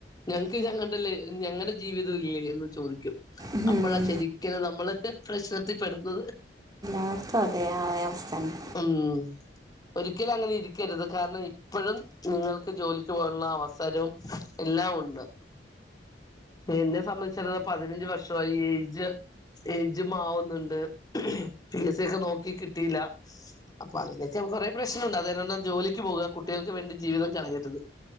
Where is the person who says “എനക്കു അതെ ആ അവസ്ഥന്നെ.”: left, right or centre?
Right